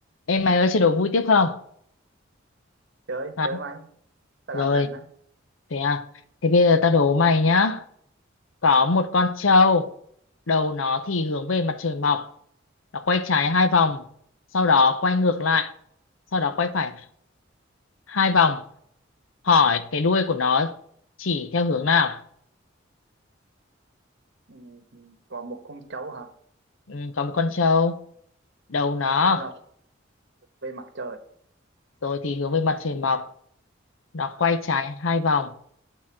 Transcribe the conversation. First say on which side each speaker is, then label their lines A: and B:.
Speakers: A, on the left; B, on the right.
A: Em mày ơi chơi đố vui tiếp không?
B: chơi
A: Hả?
B: chơi máy ta
A: Rồi,
B: đang rảnh á
A: thế à. Thế bây giờ tao đố mày nhá. Có
B: ờ,
A: một con trâu, đầu nó thì hướng về mặt trời mọc. Nó quay trái hai vòng, sau đó quay ngược lại, sau đó quay phải hai vòng. Hỏi cái đuôi của nó chỉ theo hướng nào?
B: ừ, ừ, có một con trâu hả
A: Ừ, có một con trâu, đầu nó
B: đầu nó hướng về mặt trời
A: rồi thì hướng về mặt trời mọc. Nó
B: ờ,
A: quay trái hai vòng,